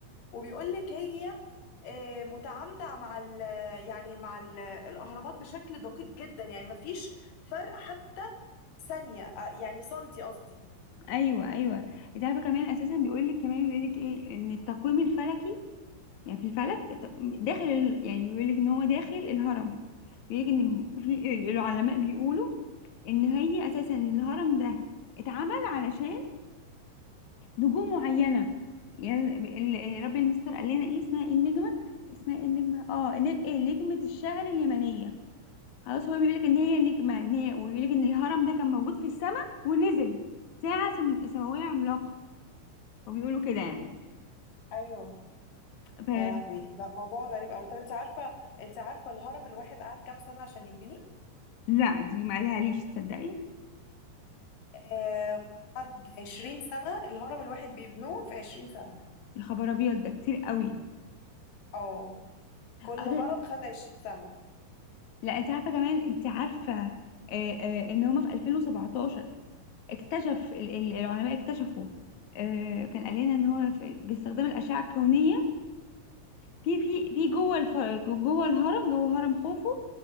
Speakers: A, on the left; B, on the left.
A: وبيقولك هي آه، متعامده مع ال يعني مع ال الاهرامات بشكل دقيق جدا يعني مفيش فرق حتى ثانيه آه، يعني سنتي قصدي
B: ايوه ايوه انت عارفه كمان اساسا بيقول لك كمان بيقول لك ايه ان التقويم الفلكي يعني في الفلك ت- داخل ال... يعني بيقول لك ان هو داخل الهرم بيقول لك ان في العلماء بيقولوا ان هي اساسا الهرم ده اتعمل علشان نجوم معينه يعني ال- ال- ربي المستر قال لنا ايه اسمها ايه النجمه اسمها ايه النجمه اه ن- إيه، نجمه الشعر اليمنيه خلاص هو بيقول لك ان هي نجمه ان هي وبيقول لك ان الهرم ده كان موجود في السماء ونزل ساعه سم... سماويه عملاقه وبيقولوا كده يعني
A: ايوه
B: ف...
A: يا لهوي لا موضوع غريب قوي طب انت عارفه انت عارفه الهرم الواحد قعد كام سنه عشان يبني
B: لا دي ما ليش تصدقي
A: آه، قعد 20 سنه الهرم الواحد بيبنوه في 20 سنه
B: يا خبر ابيض ده كتير قوي
A: اه كل
B: أصل-
A: هرم خد 20 سنه
B: لا انت عارفه كمان انت عارفه آه، آه، ان هما في 2017 اكتشف ال- ال- العلماء اكتشفوا آه، كان قال لنا ان هو في- باستخدام الاشعه الكونيه في في في جوه الف... جوه الهرم جوه هرم خوفو